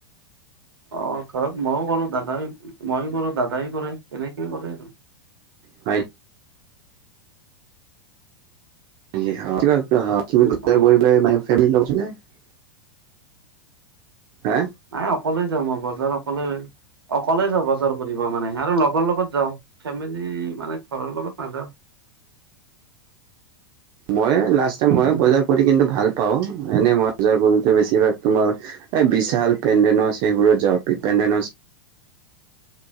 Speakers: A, on the right; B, on the right.
A: অ', ঘৰত মইয়ো কৰোঁ দাদাই, মইয়ো কৰো দাদাইও কৰে তেনেকেই কৰে আৰু।
B: হয় <unintelligible>
A: অ
B: হা
A: নাই অকলে যাওঁ মই, বজাৰ অকলে অকলে যাওঁ বজাৰ কৰিব মানে, আৰু লগৰ লগত যাওঁ, ফেমেলি মানে ঘৰৰ লগত নাযাওঁ।
B: মইয়ে লাষ্ট টাইম, মই বজাৰ কৰি কিন্তু ভাল পাওঁ, এনেই মই বজাৰ কৰি বেছিভাগ তোমাৰ, এই বিচাল পেনডেনছ সেইবোৰত যা পেনডেনছ।